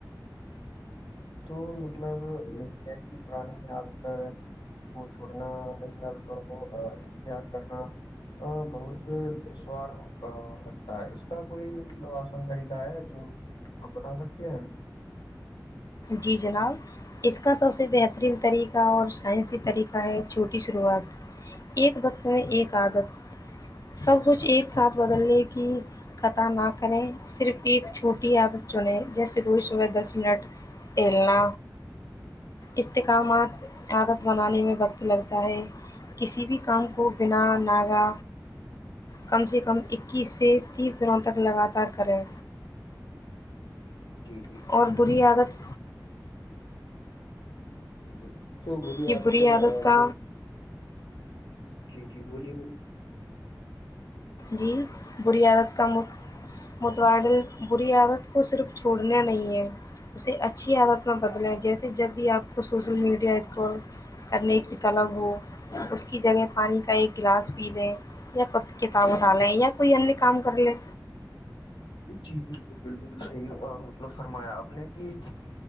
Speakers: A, on the left; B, on the left.
A: تو مطلب یہی ہے کہ پرانی عادتیں کو چھوڑنا نئی عادتوں کو اختیار کرنا بہت دسوار لگتا ہے اس کا کوئی مطلب آسن طریقہ ہے جو آپ بتا سکتے ہیں
B: جی جناب اس کا سب سے بہترین طریقہ اور سائنسی طریقہ ہے چھوٹی شروعات ایک وقت میں ایک عادت سب کچھ ایک ساتھ بدلنے کی قتا نہ کریں صرف ایک چھوٹی عادت چنیں جیسے روز صبح دس منٹ ٹلنا استحکامات عادت بنانے میں وقت لگتا ہے کسی بھی کام کو بنا ناگہ کم سے کم اکیس سے تیس دنوں تک لگاتار کرے
A: جی جی
B: اور
A: بالکل
B: بری
A: بالکل
B: عادت
A: بلکل <unintelligible> تو
B: کی بری عادت
A: آدت
B: کا
A: جی جی بولیےبولے
B: جی بری عادت کا متوادل بری عادت کو صرف چھوڑنا نہیں ہے اسے اچھی عادت میں بدلیں جیسے جب بھی آپ کو سوسل میڈیا اسٹول کرنے کی طلب ہو اس کی جگہ پانی کا ایک گلاس پی لیں یا کتاب ا ڈھ لیں یا کوئی ان کام کر لے
A: جی بالکل بالکل صحیح مطلب فرمایا آپ نے کہ